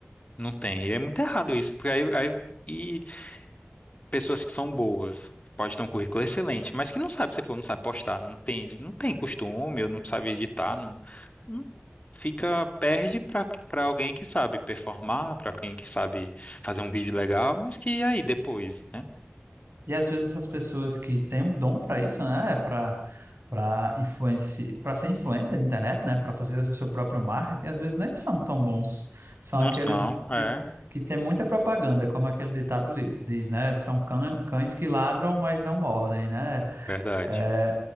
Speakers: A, on the left; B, on the right.
A: não tem. E é muito errado isso, porque aí, aí- e pessoas que são boas, que pode ter um currículo excelente, mas que não sabe, você falou, não sabe postar, não tem, edi- não tem costume, ou não sabe editar, não, não- fica, perde para para alguém que sabe performar, para alguém que sabe fazer um vídeo legal, mas que e aí depois, né?
B: E às vezes essas pessoas que têm um dom para isso, né? Para para influenci... para ser influencer da internet, né, para fazer o seu próprio marketing, às vezes nem são tão bons. São
A: Não
B: aqueles
A: são, é,
B: que, que têm muita propaganda, como aquele ditado li- diz, né? São cã- cães que ladram, mas não mordem, né?
A: verdade.
B: é,